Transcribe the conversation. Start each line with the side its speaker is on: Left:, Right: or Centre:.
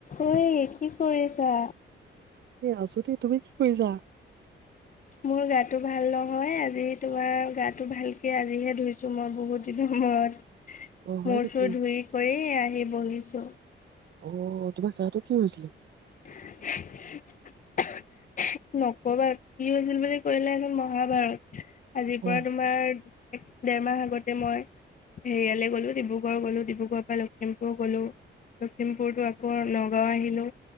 Left: ঐ কি কৰি আছা?
Right: এ আছো দে তুমি কি কৰিছা?
Left: মোৰ গাটো ভাল নহয় আজি তোমাৰ গাটো ভালকে আজিহে ধুইছো মই বহুত দিনৰ মূৰত।
Right: অ হয়
Left: মূৰ
Right: নেকি
Left: চূৰ ধুই কৰি আহি বহিছো। অ।
Right: অ তোমাৰ তাহো কি হৈছিলে?
Left: <unintelligible> নকবা কি হৈছিল বুলি কলে এখন মহাভাৰত। আজিৰ
Right: অ
Left: পৰা তোমাৰ এক দেৰমাহ আগতে মই হেৰিয়ালে গলো ডিব্ৰুগড় গলো, ডিব্ৰুগড়ৰ পৰা লখিমপুৰ গলো, লখিমপুৰতো আকৌ নগাঁও আহিলো।